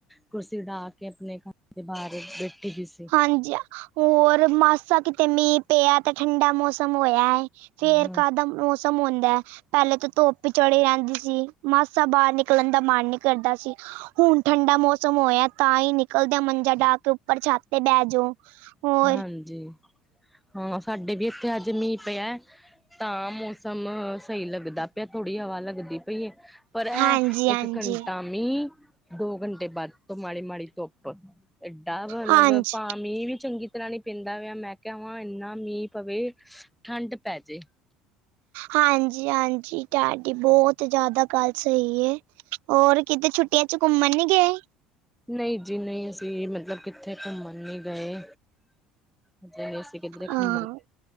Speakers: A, in the centre; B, on the right (about 75°).
A: ਕੁਰਸੀ ਡਾ ਕੇ ਆਪਣੇ ਘਰ ਦੇ ਬਾਹਰ ਬੈਠੀ ਵੀ ਸੀ
B: ਹਾਂਜੀ ਹੋਰ ਮਾਸਾ ਕਿਤੇ ਮੀਂਹ ਪਿਆ ਤੇ ਠੰਡਾ ਮੌਸਮ ਹੋਇਆ ਐ ਫੇਰ
A: ਹਾਂ
B: ਕਾਹਦਾ ਮੌਸਮ ਹੁੰਦਾ ਪਹਿਲੇ ਤਾਂ ਧੁਪ ਚੜ ਆਦੀ ਸੀ ਮਾਸਾ ਬਾਹਰ ਨਿਕਲਣ ਦਾ ਮਨ ਨੀ ਕਰਦਾ ਸੀ ਹੁਣ ਠੰਡਾ ਮੌਸਮ ਹੋਇਆ ਤਾਂ ਹੀ ਨਿਕਲਦੇਆਂ ਮੰਜਾ ਡਾਹ ਕੇ ਉੱਪਰ ਛੱਤ ਤੇ ਬਹਿ ਜਾਓ ਹੋਰ
A: ਹਾਂਜੀ ਹਾਂ ਸਾਡੇ ਵੀ ਇੱਥੇ ਅੱਜ ਮੀਂਹ ਪਿਆ ਤਾਂ ਮੌਸਮ ਸਹੀ ਲੱਗਦਾ ਪਿਆ ਥੋੜ੍ਹੀ ਹਵਾ ਲੱਗਦੀ ਪਈਏ ਪਰ ਇਹ
B: ਹਾਂਜੀ ਹਾਂਜੀ
A: ਇੱਕ ਘੰਟਾ ਮੀਂਹ ਦੋ ਘੰਟੇ ਬਾਦ ਤੋਂ ਮਾੜੀ ਮਾੜੀ ਧੁੱਪ ਏਡਾ ਮਤਲਬ
B: ਹਾਂਜੀ
A: ਪਾ ਮੀਂਹ ਵੀ ਚੰਗੀ ਤਰ੍ਹਾਂ ਨੀ ਪੀਂਦਾ ਵਿਆ ਮੈਂ ਕਵਾਂ ਇੰਨਾ ਮੀਂਹ ਪਵੇ ਠੰਡ ਪੈ ਜੇ
B: ਹਾਂਜੀ ਹਾਂਜੀ ਤਾਡੀ ਬਹੁਤ ਜ਼ਿਆਦਾ ਗੱਲ ਸਹੀ ਏ ਹੋਰ ਕਿਤੇ ਛੁੱਟੀਆਂ ਚ ਘੁੰਮਣ ਨੀ ਗਏ
A: ਨਹੀਂ ਜੀ ਨਹੀਂ ਅਸੀਂ ਮਤਲਬ ਕਿੱਥੇ ਘੁੰਮਣ ਨੀ ਗਏ ਨਹੀਂ ਗਏ ਅਸੀਂ ਕਿਧਰੇ
B: ਹਾਂ
A: ਘੁੰਮਨ